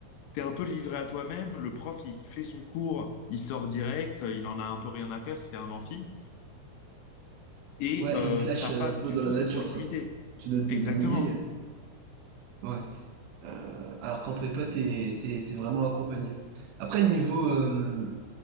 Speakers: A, on the left (about 75°); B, on the right (about 80°).
A: t'es un peu livré à toi-même. Le prof, il fait son cours, il sort direct, euh, il en a un peu rien à faire, c'est un amphi. Et
B: Ouais,
A: euh,
B: et ils te lâchent
A: t'as
B: euh,
A: pas
B: un peu
A: du
B: dans
A: tout
B: la nature,
A: cette proximité.
B: quoi. Tu dois te débrouiller.
A: Exactement.
B: euh, Ouais. Euh, alors qu'en prépa, t'es, t'es, t'es vraiment accompagné. Après, niveau euh,